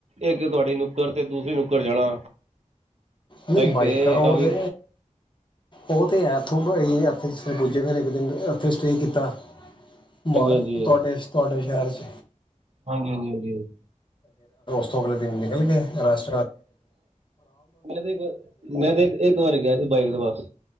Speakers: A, on the right; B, on the left.
A: ਇੱਕ ਤੁਹਾਡੀ ਨੁੱਕਰ ਤੇ ਦੂਸਰੀ ਨੁੱਕਰ ਜਾਣਾ
B: ਨਹੀਂ ਬਾਈਕ
A: ਤੇ
B: ਤਾਂ ਉਹ
A: ਕਾਫੀ
B: ਤੇ ਉਹ ਤੇ ਹੈ ਉੱਥੋਂ ਜ ਪੁੱਜੇ ਫਿਰ ਇੱਕ ਦਿਨ ਉੱਥੇ ਸਟੇਅ ਕੀਤਾ <unintelligible>
A: ਹਾਂਜੀ ਹਾਂਜੀ
B: ਤੁਹਾਡੇ ਤੁਹਾਡੇ <unintelligible>
A: ਹਾਂਜੀ, ਹਾਂਜੀ ਹਾਂਜੀ ਹਾਂ
B: ਉਹ ਅਗਲੇ ਦਿਨ ਨਿਕਲ ਗਏ ਰਸ਼
A: ਮੈਂ ਤੇ ਇੱਕ ਵ ਮੈਂ ਤੇ ਇੱਕ ਇੱਕ ਵਾਰ ਗਿਆ ਸੀ ਬਾਈਕ ਤੇ ਬਸ